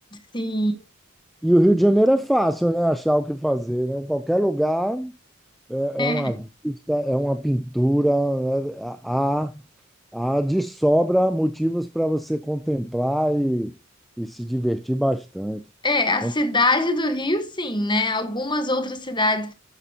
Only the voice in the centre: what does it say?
E o Rio de Janeiro é fácil, né? Achar o que fazer, né? Qualquer lugar. É,
é uma vista, é uma pintura, né? Há, há de sobra motivos para você contemplar e, e se divertir bastante.
Quando-